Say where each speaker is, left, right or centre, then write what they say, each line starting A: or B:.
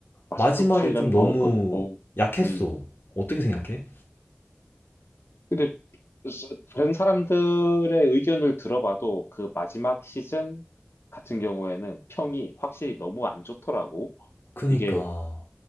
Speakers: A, on the left; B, on the left.
A: 맞아.
B: 마지막에
A: 그 8년,
B: 좀 너무
A: 어우, 그, 어우,
B: 약했어.
A: 음.
B: 어떻게 생각해?
A: 근데 스- 다른 사람들의 의견을 들어봐도 그 마지막 시즌 같은 경우에는 평이 확실히 너무 안 좋더라고.
B: 그니까
A: 이게